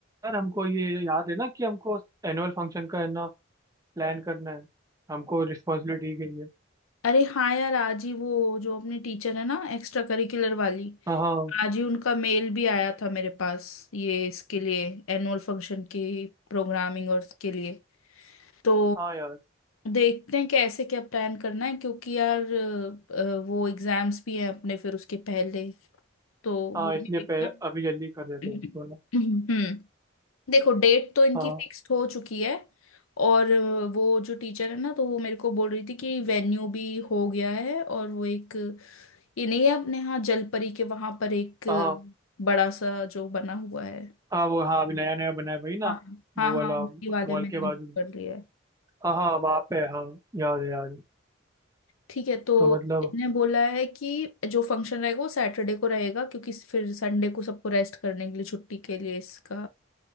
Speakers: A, on the right; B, on the left.
A: यार हमको ये याद है ना कि हमको एनुअल फंक्शन का है ना प्लान करना है हमको रिस्पॉन्सिबिलिटी दी गई है
B: अरे हाँ यार आज ही वो जो अपने टीचर है ना एक्स्ट्रा करिकुलर वाली
A: हाँ हाँ
B: आज ही उनका मेल भी आया था मेरे पास ये इसके लिए एनुअल फंक्शन की प्रोग्रामिंग और इसके लिए तो
A: हाँ यार
B: देखते हैं कैसे क्या प्लान करना है क्योंकि यार अ, अ, वो एग्जाम्स भी हैं अपने फिर उसके पहले तो वो
A: हाँ इसलिए
B: भी देखना
A: पे,
B: है।
A: अभी जल्दी कर देते
B: <clears throat>
A: हैं उसको ना
B: हम्म देखो डेट तो इनकी
A: हाँ
B: फिक्स्ड हो चुकी है और अ, वो जो टीचर है ना तो वो मेरे को बोल रही थी कि वेन्यू भी हो गया है और वो एक ये नहीं है अपने यहाँ जलपरी के वहां पर एक
A: हाँ
B: बड़ा सा जो बना हुआ है
A: हाँ वो हाँ अभी नया नया बना है भाई ना
B: हाँ हाँ
A: वो
B: हाँ
A: वाला उस
B: उसी वाले
A: मॉल
B: में इनने
A: के बाजू
B: बुक
A: में
B: कर लिया है
A: हाँ हाँ वहाँ पे है, हाँ याद है याद है
B: ठीक है तो
A: तो मतलब
B: इनने बोला है कि जो फंक्शन रहेगा वो सैटरडे को रहेगा क्योंकि फिर संडे को सबको रेस्ट करने के लिए छुट्टी के लिए इसका